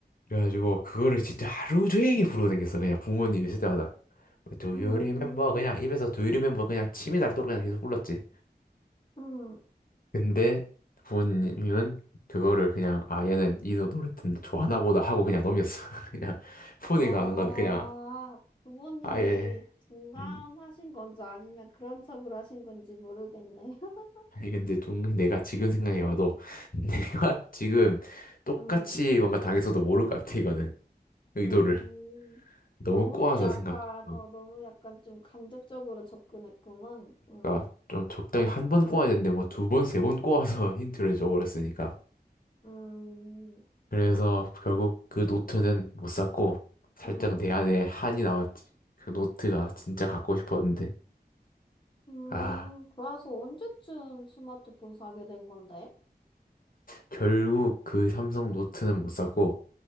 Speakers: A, on the left; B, on the left.
A: 그래가지고 그거를 진짜 하루 종일 부르고 다녔어. 그냥 부모님 있을 때마다. Do you
B: 응,
A: remember? 그냥 입에서 Do you remember? 그냥 침이 닳도록 그냥 계속 불렀지.
B: 응.
A: 근데 부모님은 그거를 그냥 아 얘는 이 노- 노래 듣는 좋아하나 보다 하고 그냥 넘겼어. <laughs> 그냥 폰에
B: 아,
A: 가는 건 그냥
B: 부모님이
A: 아예
B: 둔감하신
A: 음
B: 건지 아니면 그런 척을 하신 건지 모르겠네. <laughs>
A: 아니 근데 좀 내가 지금 생각해봐도 <laughs> 내가 지금 똑같이
B: 음,
A: 뭔가 당했어도 모를 것 같아 이거는 의도를
B: 음,
A: 너무
B: 너무
A: 꼬아서
B: 약간,
A: 생각. 어,
B: 어, 너무 약간 좀 간접적으로 접근했구만. 음,
A: 그러니까 좀 적당히 한 번 꼬아야 되는데 뭐 두 번 세 번 꼬아서 <laughs> 힌트를 줘버렸으니까.
B: 음,
A: 그래서 결국 그 노트는 못 샀고 살짝
B: 음,
A: 내 안에 한이 남았지. 그 노트가 진짜 갖고 싶었는데.
B: 음,
A: 아,
B: 그래서 언제쯤 스마트폰 사게 된 건데?
A: 결국 그 삼성 노트는 못 샀고